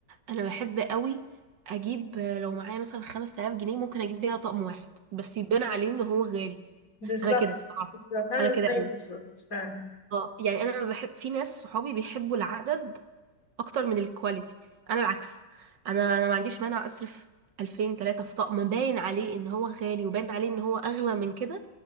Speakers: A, on the right; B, on the left.
A: انا بحب قوي اجيب آه، لو معايا مثلا 5000 جنيه ممكن اجيب بيها طقم واحد بس يبان عليه ان هو غالي
B: بالظبط
A: انا كده الصراحه
B: بالظبط انا
A: انا كده
B: زيك
A: قوي
B: بالظبط فعلا
A: اه يعني انا بحب في ناس صحابي بيحبوا العدد اكتر من الكواليتي انا العكس انا انا ما عنديش مانع اصرف 2000 3 في طقم باين عليه ان هو غالي وباين عليه ان هو اغلى من كده